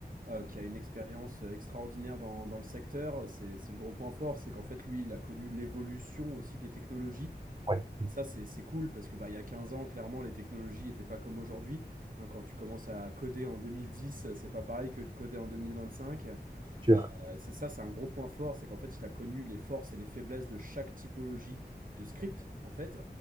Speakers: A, on the right; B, on the right.
A: euh, qui a une expérience euh, extraordinaire dans, dans le secteur. C'est, c'est le gros point fort, c'est qu'en fait, lui, il a connu l'évolution aussi des technologies.
B: Ouais, oui,
A: Et ça, c'est c'est cool parce que, bah, il y a 15 ans, clairement, les technologies n'étaient pas comme aujourd'hui, hein. Quand tu commences à coder en 2010, heu, c'est pas pareil que de coder en 2025.
B: sûr.
A: Heu, c'est ça, c'est un gros point fort, c'est qu'en fait, il a connu les forces et les faiblesses de chaque typologie de script, en fait.